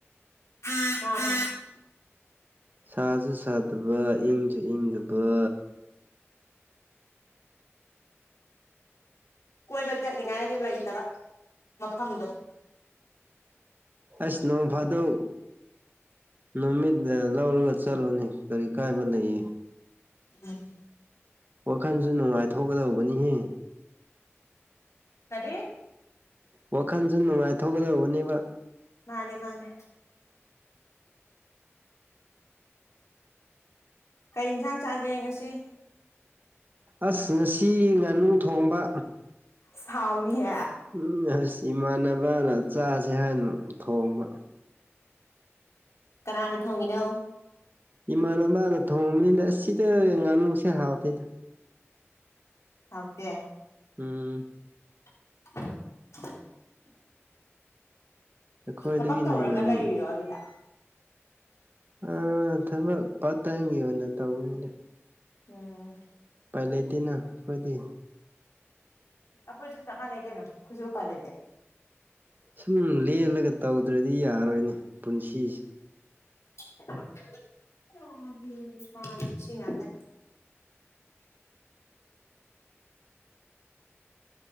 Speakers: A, on the left; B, on the right.
A: ꯑꯣ
B: ꯁꯥꯁꯨ ꯁꯥꯗꯕ ꯏꯪꯁꯨ ꯏꯪꯗꯕ
A: ꯀꯣꯏꯕ ꯆꯠꯅꯤꯡꯉꯥꯏꯒꯤ ꯂꯩꯇꯕ ꯃꯐꯝꯗꯣ
B: ꯑꯩꯁ ꯅꯣꯡ ꯐꯥꯗꯨꯣꯛ ꯅꯨꯃꯤꯠ ꯂꯧꯔꯒ ꯆ ꯆꯠꯂꯣꯅꯤ ꯀꯔꯤ ꯀꯥꯏꯕ ꯂꯩꯌꯦ
A: ꯎꯝ
B: ꯋꯥꯈꯜꯁꯨ ꯅꯨꯡꯉꯥꯏꯊꯣꯛꯀꯗꯧꯕꯅꯤꯍꯦ
A: ꯀꯔꯤ
B: ꯋꯥꯈꯟꯁꯨ ꯅꯨꯡꯉꯥꯏꯊꯣꯛꯒꯗꯧꯕꯅꯦꯕ
A: ꯃꯥꯅꯦ ꯃꯥꯅꯦ ꯀꯩ ꯏꯟꯁꯥꯡ ꯆꯥꯒꯦ ꯉꯁꯤ
B: ꯑꯁ ꯉꯁꯤ ꯉꯥꯅꯨ ꯊꯣꯡꯕ
A: ꯥꯎꯅꯤ ꯍꯥꯏ
B: ꯎꯝ ꯑꯩꯁ ꯏꯃꯥꯟꯅꯕꯅ ꯆꯥꯁ ꯍꯥꯏꯅ ꯊꯣꯡꯕ
A: ꯀꯅꯥꯅ ꯊꯣꯡꯉꯤꯅꯣ
B: ꯏꯃꯥꯟꯅꯕꯅ ꯊꯣꯡꯕꯅꯤꯅ ꯑꯁꯤ ꯁꯤꯗ ꯉꯥꯅꯨꯁꯦ ꯍꯥꯎꯇꯦꯗ
A: ꯊꯀꯦ
B: ꯎꯝ
A: <unintelligible>
B: ꯑꯩꯈꯣꯏꯗꯒꯤꯅ
A: ꯊꯕꯛ ꯇꯧꯔꯒ
B: ꯌꯥꯝ
A: ꯂꯩꯔꯤꯔꯣ ꯑꯗꯨꯗ
B: ꯑ ꯊꯃ ꯄꯥꯏꯒꯣꯟꯅ ꯇꯧꯕꯅꯅꯦꯦ
A: ꯎꯝ
B: ꯄꯥꯏꯂꯦꯇꯤꯅ ꯑꯩꯈꯣꯏꯗꯤ
A: ꯑꯩꯈꯣꯏꯁꯨ ꯆꯞꯄꯥꯟꯅꯩ ꯀꯩꯅꯣ ꯑꯩꯈꯣꯏꯁꯨ ꯎꯄꯥꯟ ꯂꯩꯇꯦ
B: ꯁꯨꯝ ꯂꯦꯜꯂꯒ ꯇꯧꯗ꯭ꯔꯗꯤ ꯌꯥꯔꯣꯏꯅꯦ ꯄꯨꯟꯁꯤꯁꯦ
A: <unintelligible> ꯑ ꯃꯥꯁꯤ ꯉꯗ